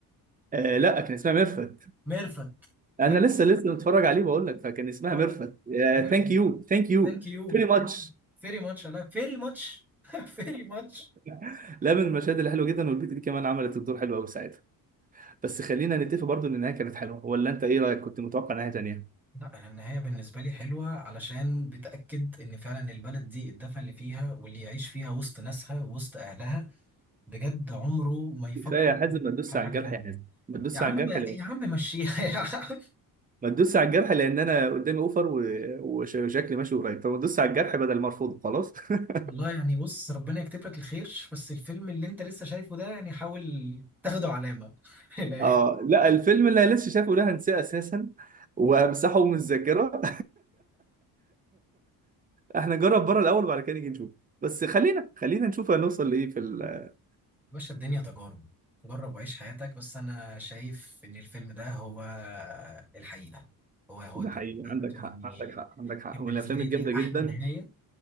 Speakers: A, on the right; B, in the centre.
A: آه لا كان اسمها ميرفت
B: ميرفت
A: انا
B: ميرفت
A: لسه لسه متفرج عليه بقول لك فكان اسمها
B: اه
A: ميرفت
B: ميرفت
A: ثانك يو ثانك يو
B: ثانك يو
A: فيري ماتش
B: فيري ماتش لا فيري ماتش <laughs> فيري ماتش
A: <laughs> لا من المشاهد اللي حلوه جدا والبت دي كمان عملت الدور حلو قوي ساعتها بس خلينا نتفق برضو ان النهايه كانت حلوه ولا انت ايه رايك كنت متوقع نهايه تانيه
B: لا انا النهايه بالنسبه لي حلوه علشان بتاكد ان فعلا البلد دي الدفى اللي فيها واللي يعيش فيها وسط ناسها وسط اهلها بجد عمره ما يفكر
A: كفايه يا حازم ما تدوس
B: في حاجه
A: على الجرح
B: تانيه
A: يا حازم ما تدوس
B: يا عم
A: على الجرح ليه
B: يا عم مشيها <laughs> يا عم
A: ما تدوس على الجرح لان انا قدامي اوفر و- وش- وشكلي ماشي قريب فما تدوس على الجرح بدل ما ارفضه خلاص <laughs>
B: والله يعني بص ربنا يكتب لك الخير بس الفيلم اللي انت لسه شايفه ده يعني حاول تاخده علامه <laughs> في الاخر
A: اه لا الفيلم اللي أنا لسه شايفه ده هنساه اساسا وهمسحه من الذاكره <laughs> احنا نجرب بره الاول وبعد كده نيجي نشوف بس خلينا خلينا نشوف هنوصل لايه في ال...
B: باشا الدنيا تجارب جرب وعيش حياتك بس انا شايف ان الفيلم ده هو الحقيقه هو هو
A: ده
B: الدنيا
A: حقيقي
B: بتاعت
A: عندك
B: واني
A: حق عندك حق عندك حق
B: كان بالنسبه
A: من الافلام
B: لي
A: الجامده
B: دي
A: جدا
B: احلى نهايه